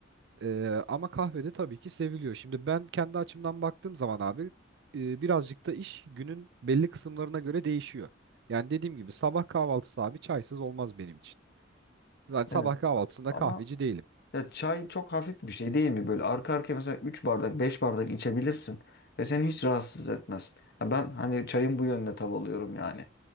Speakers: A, on the right (about 65°); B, on the left (about 55°).
A: Ee, ama kahvede tabii ki seviliyor. Şimdi ben kendi açımdan baktığım zaman abi e, birazcık da iş günün belli kısımlarına göre değişiyor. Yani dediğim gibi sabah kahvaltısı abi çaysız olmaz benim için. Yani sabah
B: Evet.
A: kahvaltısında
B: Ama
A: kahveci değilim.
B: Ya çay çok hafif bir şey değil mi? Böyle arka arkaya mesela 3 bardak 5 bardak içebilirsin ve seni hiç rahatsız etmez. Ya ben hani çayın bu yönüne tav alıyorum yani.